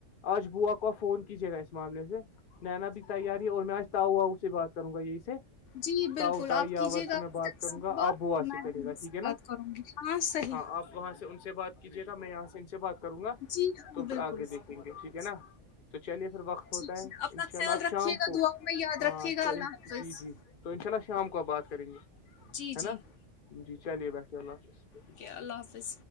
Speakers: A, on the left (about 50°); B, on the left (about 75°).
A: آج بوا کو فون کیجیے گا اس معاملے میں نینا بھی تیار ہی ہے اور میں آج بتا سے بات کروں گا یہی سے
B: جی بالکل
A: تاؤ تائی
B: آپ
A: یاور
B: کیجیے گا
A: سے
B: اپنی
A: میں بات
B: طرف
A: کروں
B: سے بھی
A: گا
B: بات
A: اپ بوا
B: تو میں
A: سے
B: بھی
A: کریے
B: ان
A: گا ٹھیک
B: سے
A: ہے نا
B: بات کروں گی صحیح
A: ہاں آپ وہاں سے ان سے بات کیجیے گا میں یہاں سے ان سے بات کروں گا
B: جی ہاں
A: تو پھر
B: بالکل
A: آگے دیکھیں
B: صحیح
A: گے ٹھیک ہے نا تو چلیے پھر وقت ہوتا
B: ٹھیک
A: ہے
B: اپنا
A: ان شاء
B: خیال
A: اللہ آب
B: رکھیے
A: شام
B: گا
A: کو
B: دعاؤں میں یاد
A: ہاں
B: رکھیے گا
A: تو
B: اللہ
A: جی
B: حافظ
A: جی تو انشاء اللہ شام کو آب بات کریں گے
B: جی
A: ہے
B: جی
A: نا جی چلیے بٹھے اللہ حافظ
B: اوکے اللہ حافظ